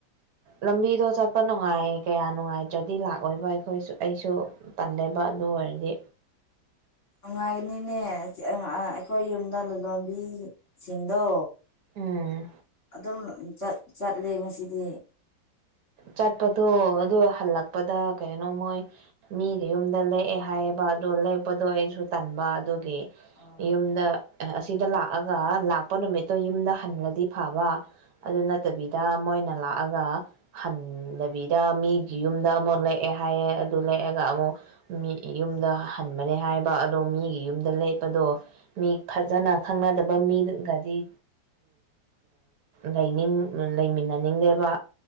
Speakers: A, on the right; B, on the left.
A: ꯂꯝꯕꯤꯗꯣ ꯆꯠꯄ ꯅꯨꯡꯉꯥꯏ ꯀꯌꯥ ꯅꯨꯡꯉꯥꯏꯇ꯭ꯔꯗꯤ ꯂꯥꯛꯑꯣꯏꯕ ꯑꯩꯈꯣꯏꯁꯨ ꯑꯩꯁꯨ ꯄꯜꯂꯦꯕ ꯑꯗꯨ ꯑꯣꯏꯔꯗꯤ
B: ꯅꯨꯡꯉꯥꯏꯒꯅꯤꯅꯦ ꯑꯩꯈꯣꯏ ꯌꯨꯝꯗ ꯂꯂꯣꯟꯕꯤꯁꯤꯡꯗꯣ
A: ꯎꯝ
B: ꯑꯗꯨꯝ ꯆꯠꯂꯦ ꯉꯁꯤꯗꯤ
A: ꯆꯠꯄꯗꯣ ꯑꯗꯨ ꯍꯜꯂꯛꯄꯗ ꯀꯩꯅꯣ ꯃꯣꯏ ꯃꯤꯗ ꯌꯨꯝꯗ ꯂꯦꯛꯑꯦ ꯍꯥꯏꯌꯦꯕ ꯑꯣ ꯂꯔꯛꯄꯗꯣ ꯑꯩꯁꯨ ꯇꯟꯕ ꯑꯗꯨꯒꯤ
B: ꯑꯩꯈꯣꯏꯒꯤ
A: ꯌꯨꯝꯗ ꯑꯁꯤꯗ ꯂꯥꯛꯑꯒ ꯂꯥꯛꯄ ꯅꯨꯃꯤꯠꯇꯣ ꯌꯨꯝꯗ ꯍꯜꯂꯗꯤ ꯐꯕ ꯑꯗꯨ ꯅꯠꯇꯕꯤꯗ ꯃꯣꯏꯅ ꯂꯥꯛꯑꯒ ꯍꯟꯗꯕꯤꯗ ꯃꯤꯒꯤ ꯌꯨꯝꯗ ꯑꯃꯨꯛ ꯂꯦꯛꯑꯦ ꯍꯥꯏꯌꯦ ꯑꯗꯨ ꯂꯦꯛꯑꯒ ꯑꯃꯨꯛ ꯃꯤ ꯌꯨꯝ ꯌꯨꯝ ꯍꯟꯕꯅꯦ ꯍꯥꯏꯕ ꯑꯗꯣ ꯃꯤꯒꯤ ꯌꯨꯝꯗ ꯂꯩꯄꯗꯣ ꯃꯤ ꯐꯖꯅ ꯈꯪꯅꯗꯕ ꯃꯤ ꯒꯥꯗꯤ ꯂꯩꯅꯤꯡ ꯂꯩꯃꯤꯟꯅꯅꯤꯡꯗꯦꯕ